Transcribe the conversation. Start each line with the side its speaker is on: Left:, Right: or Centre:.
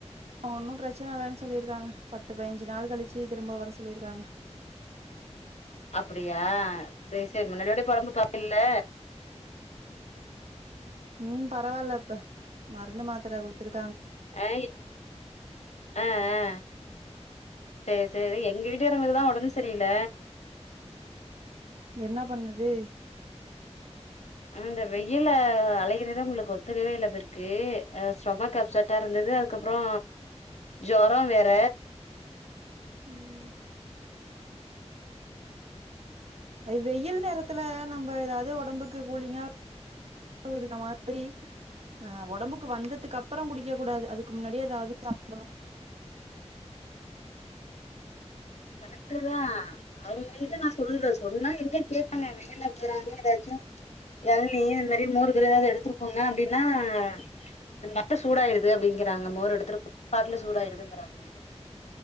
Right: ஒன்னு பிரச்சன இல்லன்னு சொல்லியிருக்காங்க பத்து பதினஞ்சு நாள் கழிச்சு திரும்ப வர சொல்லியிருக்காங்க
Left: அப்பிடியா செரி செரி முன்னத விட இப்ப ஒடம்பு பரவாயிலல்ல
Right: ம் பரவாயில்ல இப்ப மருந்து மாத்திரா குடுத்துருக்
Left: அ அ அ சேர் சேரி எங்க வீட்டுகாரங்கதுக்குதா ஒடம்பு செரியில்ல
Right: என்னா பண்ணுது
Left: அ இந்த வெயில அலையிறது அங்களுக்கு ஒத்துக்கவே இல்ல அவருக்கு ஸ்டொமக் அப்சொட் இருந து அதுக்கப்றௌ ஜோரோ வேற
Right: ம் அது வெயில் நேரத்துல நம்ம எதாவது ஒடம்புக்கு கூலிங்கா <unintelligible> மாதிரி அ ஒடம்புக்கு வந்ததுக்கு அப்றோ குடிக்க கூடாது அதுக்கு முன்னாடியே எதாவது சாப்பிடனு
Left: கரெக்டு தா அவங்கள்டிட்ட நா சொல்றே சொன்னா எங்க கேட்பண்ணே வெயில இருறான எதாச்சு எளனி இந்த மாரி மோரு கீரு எதாவது எடுத்துட்டு போங்க அப்டின்னா <unintelligible> சூடாயிடுது அப்டி ங்கிறாங்க மோர் எடுத்துட்டு பாட்டில் சூடாயிருதுங்கிறாங்க